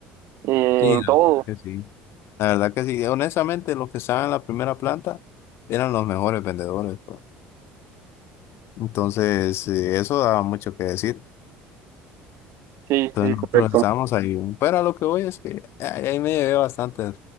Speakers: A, on the right; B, on the left.
A: eh,
B: sí,
A: en
B: la
A: todo.
B: verdad que sí. La verdad que sí, honestamente los que estaban en la primera planta eran los mejores vendedores. pues. Entonces, eh, eso daba mucho que decir.
A: Sí,
B: Entonces
A: sí,
B: nosotros
A: correcto.
B: estábamos ahí. Pero a lo que voy es que ahí ahí me llevé bastante.